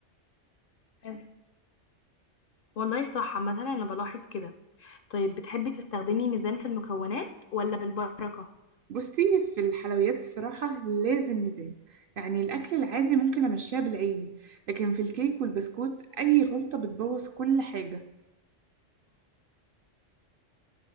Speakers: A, on the left; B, on the right.
A: حلو. والله صح عامه انا بلاحظ كده طيب بتحبي تستخدمي ميزان في المكونات ولا بالبركه
B: بصي في الحلويات الصراحة لازم ميزان يعني الأكل العادي ممكن أمشيها بالعين لكن في الكيك والبسكوت أي غلطة بتبوظ كل حاجة